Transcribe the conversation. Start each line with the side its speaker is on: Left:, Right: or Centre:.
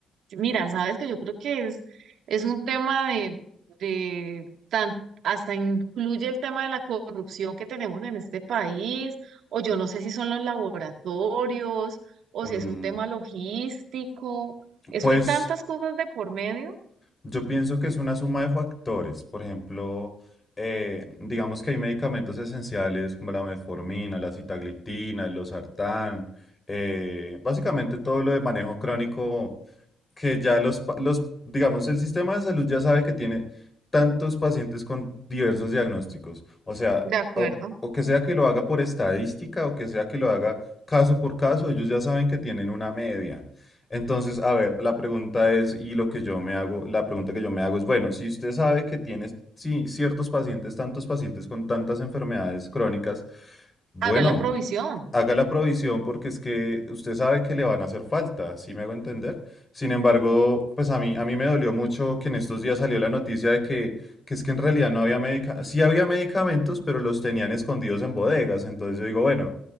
Right: mira, sabes que yo creo que es, es un tema de, de tan- hasta incluye el tema de la corrupción que tenemos en este país, o yo no sé si son los laboratorios, o
Left: Mm,
Right: si es un tema logístico. Eso
Left: pues.
Right: hay tantas cosas de por medio
Left: Yo pienso que es una suma de factores. Por ejemplo, eh, digamos que hay medicamentos esenciales como la metformina, la sitagliptina, el losartán, eh, básicamente todo lo de manejo crónico que ya los, pa- los, digamos, el sistema de salud ya sabe que tiene tantos pacientes con diversos diagnósticos. O sea,
Right: De acuerdo.
Left: o, o que sea que lo haga por estadística o que sea que lo haga caso por caso, ellos ya saben que tienen una media. Entonces, a ver, la pregunta es, y lo que yo me hago, la pregunta que yo me hago es, bueno, si usted sabe que tiene sí, ciertos pacientes, tantos pacientes con tantas enfermedades crónicas, bueno,
Right: Haga la provisión.
Left: haga la provisión porque es que usted sabe que le van a hacer falta, sí me hago entender? Sin embargo, pues a mí, a mí me dolió mucho que en estos días salió la noticia de que, que es que en realidad no había medicamentos, sí había medicamentos, pero los tenían escondidos en bodegas. Entonces yo digo, bueno,